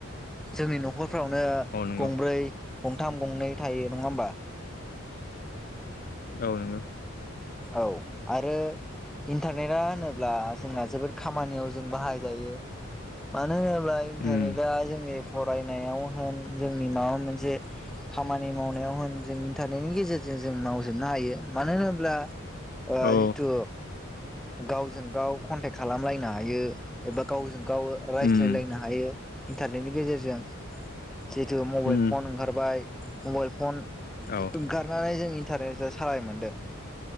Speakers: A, in the centre; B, on the left (about 45°).
A: जोंनि न'खरफ्रावनो
B: औ नंगौ
A: गंब्रै गंथाम गंनै थायो नङा ओमबा
B: औ नोंगो
A: औ आरो इन्टारनेटआ होनोब्ला जोंना जोबोद खामानियाव जों बाहायजायो मानो होनोब्ला इन्टारनेटआ
B: उम
A: जोंनि फरायनायाव होन जोंनि माबा मोनसे खामानि मावनायाव होन जोंनि इन्टारनेटनि गेजेरजों जों मावजोबनो हायो मानो होनोब्ला ओ
B: औ
A: जितु गावजों गाव कन्टेक्ट खालामलायनो हायो एबा गावजों गाव रायज्लायलायनो
B: उम
A: हा हायो इन्टारनेटनि गेजेरजों जिहेतु मबाइल
B: उम
A: फन ओंखारबाय मबाइल फन
B: औ
A: ओंखारनानै जों इन्टारनेटजों सालाय मोनदों